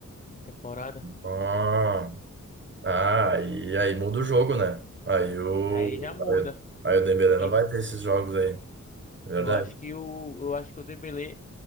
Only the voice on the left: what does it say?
a temporada.
Aí já muda.
E
eu acho que o eu acho que o Dembélé